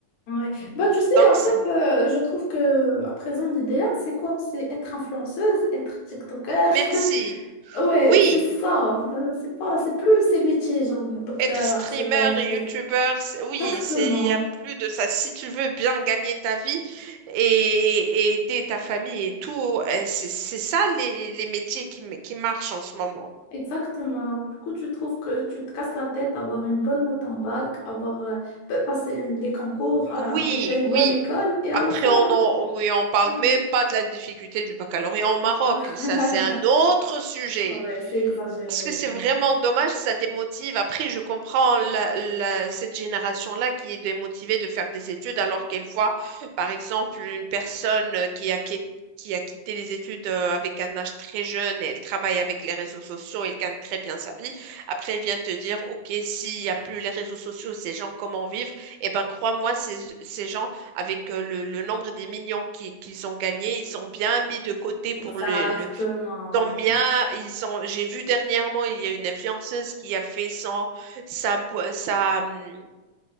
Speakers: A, on the left; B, on the right.
A: Ouais. Bah, tu sais,
B: Donc
A: en fait,
B: c'est-
A: euh, je trouve que à présent, l'idéal, c'est quoi? C'est être influenceuse, être TikToker.
B: merci.
A: <laughs> Ouais,
B: Oui,
A: c'est ça. Euh, C'est pas, c'est plus ces métiers, genre docteur,
B: être streamer,
A: architecte.
B: youtubeur, c'est- oui,
A: Exactement.
B: c'est il y a plus de ça. Si tu veux bien gagner ta vie et, et aider ta famille et tout, euh, c'est c'est ça les les métiers qui m- qui marchent en ce moment.
A: Exactement. Du coup, tu trouves que tu te casses la tête, avoir une bonne note en bac, avoir euh, pa- passé les concours, à
B: Oui,
A: intégrer une
B: oui.
A: bonne école, et à
B: Après,
A: la fin.
B: on en, oui, on parle
A: Ouais,
B: même pas de la difficulté du baccalauréat au Maroc.
A: <laughs>
B: Ça, c'est un autre sujet.
A: Ouais, c'est exagéré.
B: Parce que c'est
A: ouais.
B: vraiment dommage, ça démotive. Après, je comprends la- la- cette génération-là qui est démotivée de faire des études alors qu'elle voit, par exemple, une personne qui a, qui- qui a quitté les études euh, avec un âge très jeune et elle travaille avec les réseaux sociaux, elle gagne très bien sa vie. Après, elle vient te dire, OK, s'il n'y a plus les réseaux sociaux, ces gens, comment vivre? Eh ben, crois-moi, ces, ces gens, avec euh, le, le nombre des millions qui- qu'ils ont gagnés, ils ont bien mis de côté
A: Exactement.
B: pour le. le- Tant bien, ils ont, j'ai vu dernièrement, il y a une influenceuse qui a fait son, sa, bo- sa, hum,